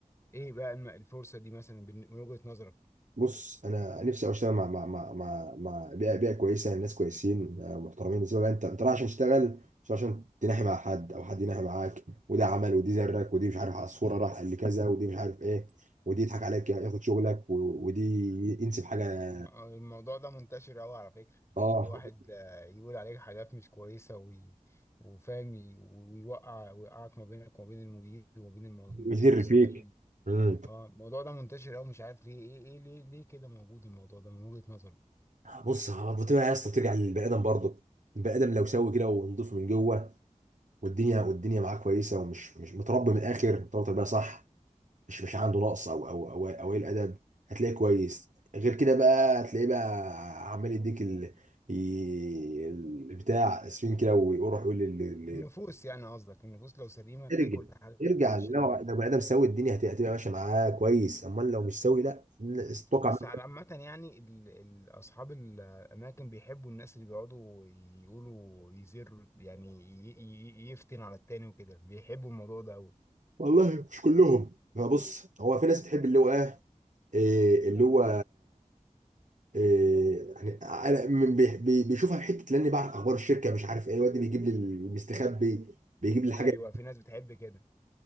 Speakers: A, on the left; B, on the right.
A: ايه بقى الم- الفرصه دي مثلا بن- من وجهه نظرك
B: بص انا نفسي أوي اشتغل مع مع مع مع, مع بيئه بيئه كويسه ناس كويسين آه، محترمين بالنسبه لك انت انت رايح عشان تشتغل مش رايح عشان تناحي مع حد او حد يناحي معاك وده عمل ودي زرك ودي مش عارف على الصوره راح قال لي كذا ودي مش عارف ايه ودي يضحك عليك ياخد شغلك و- ودي ينسب حاجه
A: الم- الموضوع ده منتشر أوي على فكرة
B: اه
A: كل واحد آه، يقول عليك حاجات مش كويسة وي... وفاهم ي- ويوقع ويقعك ما بينك وما بين المدير وما بين المو- الموظفين
B: ويدر فيك امم
A: اه الموضوع ده منتشر أوي مش عارف ليه ايه ايه ليه ليه كده موجود الموضوع ده من وجهة نظرك
B: بص هو بتبقى يا اسطى بترجع للبني ادم برضه البني ادم لو سوي كده ونضيف من جوه والدنيا والدنيا معاه كويسه ومش مش متربي من الاخر متربي تربيه صح مش مش عنده نقص او او او او قليل ادب هتلاقيه كويس غير كده بقى هتلاقيه بقى عمال يديك ال... ي- البتاع اسفين كده ويروح يقول لل- لل-
A: النفوس يعني قصدك النفوس لو سليمة تلاقي
B: ارجع
A: كل حاجة
B: ارجع
A: ماشية
B: لو
A: تمام
B: لو بني ادم سوي الدنيا هت- هتبقى ماشيه معاه كويس امال لو مش سوي لا الناس اتوقع
A: بس
B: منه
A: على عامة يعني ال- ال- أصحاب الأماكن بيحبوا الناس اللي بيقعدوا يقولوا يزروا يعني ي- ي- يفتن على التاني وكده بيحبوا الموضوع ده أوي
B: والله مش كلهم فبص هو في ناس بتحب اللي هو ايه إيه اللي هو إيه يعني انا من- بي- بي- بيشوفها في حته لاني بعرف اخبار الشركه مش عارف ايه الواد ده بيجيب لي المستخبي بيجيب لي الحاجه
A: أيوه في ناس بتحب كده